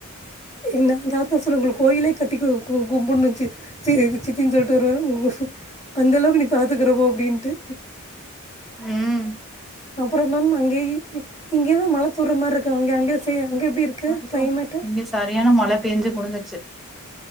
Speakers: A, on the left; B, in the centre.
A: என்ன தாத்தா சொல் உங்கள்க்கு கோயிலே கு கும்புன்னுச்சி சி சித்தின் சொல்ட் வருவ அந்த அளவுக்கு நீ பாத்துக்குற போ அப்டின்ட்டு
B: ம்
A: அப்புற மேம் அங்கே இங்கெல்லா மழை தூர்ற மாரி இருக்கு அங்க அங்கே சே அங்க எப்டி இருக்கு
B: ஐயோ
A: க்ளைமேட்டு
B: இங்க சரியான மழ பேஞ்சு முடு்ஞ்சுட்ச்சு